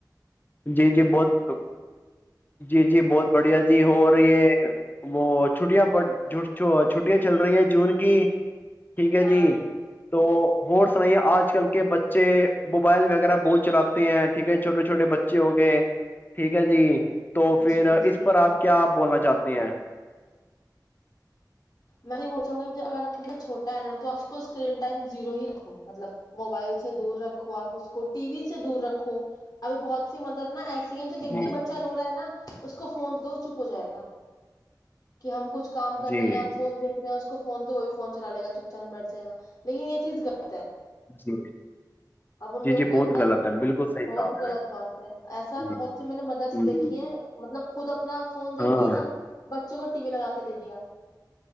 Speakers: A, on the left; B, on the left.
A: جی جی بہت جی جی بہت بڑھیا جی ہو رہی یہ وہ چھٹیاں ب چھٹیاں چل رہی ہیں جون کی ٹھیک ہے
B: ہاں
A: جی تو اور سنائیے آج کل کے بچے موبائل وغیرہ بہت چلاتے ہیں ٹھیک ہے چھوٹے چھوٹے بچے اچے ہو گئے ٹھیک ہے جی تو پھر
B: جی جی
A: اس پر آپ کیا بولنا چاہتے ہیں
B: میں یہ بوچاہوں گی اگر آپ کا ب چھوٹا ہے نا تو اس کو اسکرین ٹائم زیرو ہی رکھو مطلب موبائل سے دور رکھو آپ اس کو ٹی وی سے دور رکھو ابھی بہت سی مدر نا ایسی جویکھتی
A: جی
B: ہیں بچہ ر رہا ہےا اس کو فون دیتے وہ چپ ہو جائے گا کہ ہم کچھ کام کر
A: جی
B: رہے ہیں ہم دیک رہ ہیں اس کو فون تو وہی فون چلا لےا چپ چان بیٹھائےا لیکن یہ چیز گ
A: جی
B: اب ان
A: جی
B: لوگ
A: جی
B: کو
A: بہت
B: اتنا
A: غلط ہے بالکل صحیح
B: بہت
A: کہا آپ
B: غلط بات ہے ایسا
A: نے
B: بہت سی میں نے مدرس
A: ہوں،
B: دیکھے ہے مطلب خود اپنا فون دیکنے
A: ہاں
B: ہیں نا ب بچوں کو ٹی وی لگا کے دے دیا